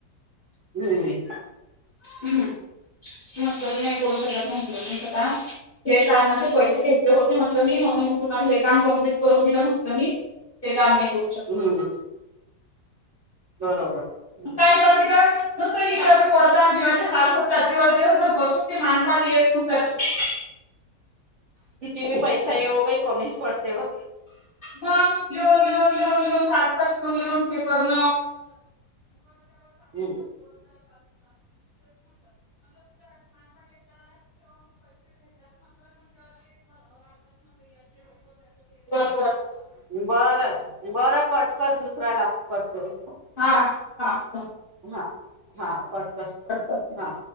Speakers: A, on the right; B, on the left.
A: हम्
B: ह म्हटल नाही सगळत म्हटलं तुमचं काम हे कामाचे पैसे घेतले होते म्हट मी म्हणून तुम्हाला हे काम कंप्लीट करून दिलं म्हटलं मी ते काम <unintelligible>
A: हम्म बरोबर हम्
B: काय करते <unintelligible>
A: कती मही पैसा येव बाई कमीच पडतेव
B: मग घेऊन येेऊन येेऊन येेऊन सारखं येऊन येेऊन ते करण
A: हम्म
B: <unintelligible> <unintelligible>
A: बारा बरा कट कर दुसरा लाव कट करू
B: हा हा ह
A: हा हा कट
B: कर
A: हा